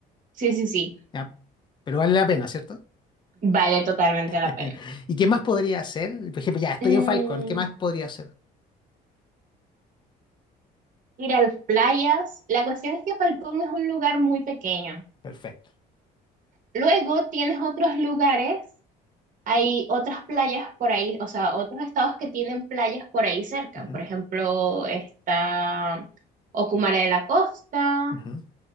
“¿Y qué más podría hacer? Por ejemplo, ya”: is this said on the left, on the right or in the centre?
Left